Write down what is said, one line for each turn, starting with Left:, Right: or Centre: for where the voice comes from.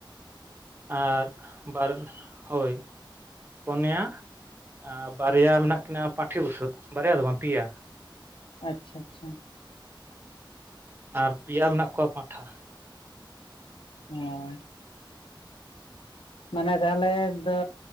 Right: ᱟᱨ ᱵᱟᱨ ᱦᱳᱭ ᱯᱚᱱᱭᱟ ᱟᱨ ᱵᱟᱨᱭᱟ ᱢᱮᱱᱟᱜ ᱠᱤᱱᱟᱹ ᱯᱟᱴᱷᱤ ᱵᱩᱥᱟᱹᱜ ᱵᱟᱨᱭᱟ ᱫᱚ ᱵᱟᱝ ᱯᱮᱭᱟ
Left: ᱟᱪᱪᱷᱟ ᱟᱪᱪᱷᱟ
Right: ᱟᱨ ᱯᱮᱭᱟ ᱢᱮᱱᱟᱜ ᱠᱚᱣᱟ ᱯᱟᱸᱴᱷᱟ
Left: ᱦᱳᱭ ᱢᱟᱱᱮ ᱛᱟᱦᱚᱞᱮ ᱫᱚ